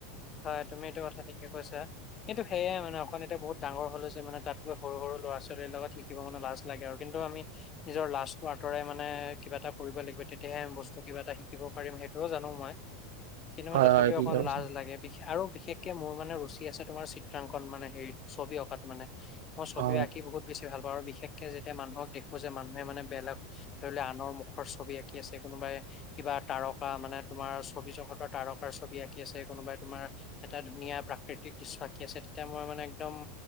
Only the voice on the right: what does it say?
হয়
হয় ঠিকে
কৈছা
অ